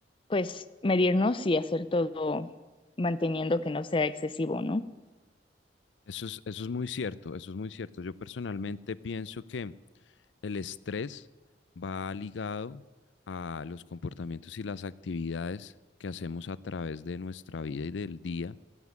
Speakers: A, on the left; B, on the left.
A: pues, medirnos y hacer todo manteniendo que no sea excesivo, ¿no?
B: Eso es, eso es muy cierto, eso es muy cierto. Yo personalmente pienso que el estrés va ligado a los comportamientos y las actividades que hacemos a través de nuestra vida y del día